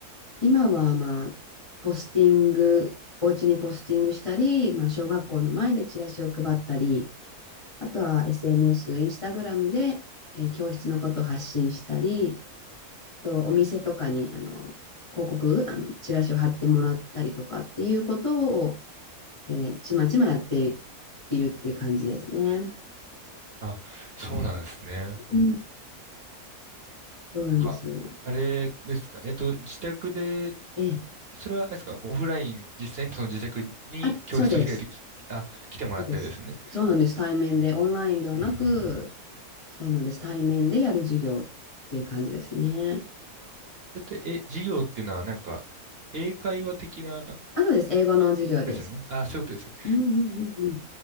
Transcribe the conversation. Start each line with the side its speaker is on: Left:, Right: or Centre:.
Left: 今はまあ、ポスティング、お家にポスティングしたり、まあ、小学校の前でチラシを配ったり、あとは SNS、インスタグラムで、えー教室のことを発信したり、とお店とかにあの広告、あのチラシを貼ってもらったりとかっていうことを、えーちまちまやっているっていう感じですね。
Right: あ、そうなんですね。なん
Left: うんそうなんですよ。
Right: か、あれですか。えっと、自宅で
Left: ええ。
Right: それは、あれですか、オフライン、実際にその自宅に教室を開いてき、
Left: あ、そうです。
Right: あ、来てもらってですね。
Left: そうです。そうなんです。対面で、オンラインではなく、
Right: うん。
Left: そうなんです。対面でやる授業っていう感じですね。
Right: だって、え、授業っていうのは、なんか、英会話的なこ
Left: あとです。英語の授業です。
Right: とですよね。あ、そういうことですよね。
Left: うんうんうんうん。